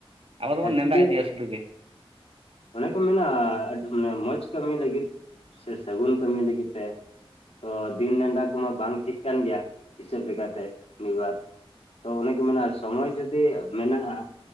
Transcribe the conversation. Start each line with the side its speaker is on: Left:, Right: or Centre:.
Right: ᱟᱵᱚ ᱫᱚᱵᱚᱱ
Left: ᱮᱠᱪᱩᱭᱮᱞᱤ
Right: ᱱᱮᱰᱟ ᱤᱫᱤᱭᱟ ᱥᱩᱫᱩ ᱜᱮ᱾
Left: ᱚᱱᱮ ᱠᱚ ᱢᱮᱱᱟ ᱢᱟᱱᱮ ᱢᱚᱡᱽ ᱠᱟᱹᱢᱤ ᱞᱟᱹᱜᱤᱫ ᱥᱮ ᱥᱟᱹᱜᱩᱱ ᱠᱟᱹᱢᱤ ᱞᱟᱹᱜᱤᱫ ᱛᱮ᱾ ᱛᱚ ᱫᱤᱱ ᱱᱮᱰᱟ ᱠᱚᱢᱟ ᱵᱟᱝ ᱴᱷᱤᱠ ᱠᱟᱱ ᱜᱮᱭᱟ᱾ ᱦᱤᱥᱟᱹᱵ ᱞᱮᱠᱟᱛᱮ ᱢᱤᱫᱵᱟᱨ ᱛᱚ ᱚᱱᱮ ᱠᱚ ᱢᱮᱱᱟᱜ-ᱟ ᱥᱚᱢᱚᱭ ᱡᱩᱫᱤ ᱢᱮᱱᱟᱜ-ᱟ